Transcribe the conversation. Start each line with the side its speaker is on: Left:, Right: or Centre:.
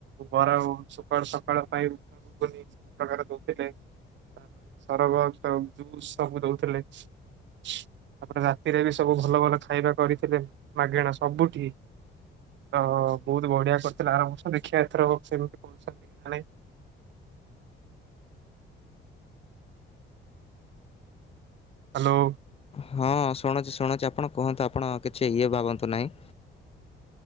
Right: ବର ସକାଳୁ ସକାଳୁ ପାଇଁୁନି ସବୁ ପ୍ରକାର ଦଉଥିଲେ। ତାପରେ ସରବତ ଜୁସ୍ ସବୁ ଦଉଥିଲେ ତାପରେ ରାତିରେ ବି ସବୁ ଭଲ ଭଲ ଖାଇବା କରିଥିଲେ। ମାଗେଣା ସବୁଠି ତ ବହୁତ ବଢିଆ କରିଥିଲେ। ଆରମ୍ଭୁ ଦେଖିବା ଏଥର ସେମିତି କହୁଛନ୍ତି କି ନ ନହିଁ? ହ୍ୟାଲୋ।
Left: ହଁ, ଶୁଣୁଛି ଶୁଣୁଛି ଆପଣ କୁହନ୍ତୁ ଆପଣ କିଛି ଇଏ ଭାବନ୍ତୁ ନାହିଁ।